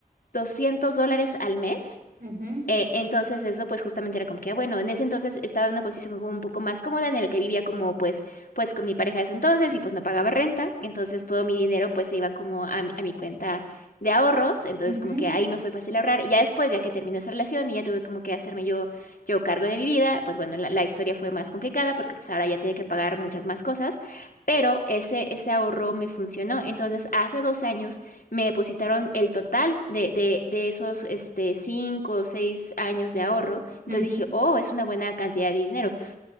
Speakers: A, on the left; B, on the right.
A: 200 dólares al mes
B: ujú,
A: eh, entonces eso pues justamente era como que, ah, bueno, en ese entonces estaba en una posición como un poco más cómoda en el que vivía como pues pues con mi pareja de ese entonces y pues no pagaba renta, entonces todo mi dinero pues se iba como a, mi a mi cuenta de ahorros, entonces
B: ujú,
A: como que ahí me fue fácil ahorrar y ya después, ya que terminó esa relación y ya tuve como que hacerme yo yo cargo de mi vida, pues bueno, la, la historia fue más complicada porque pues ahora ya tenía que pagar muchas más cosas, pero ese ese ahorro me funcionó, entonces hace dos años me depositaron el total de, de, de esos este, cinco o seis años de ahorro.
B: ujú.
A: Entonces dije, oh, es una buena cantidad de dinero.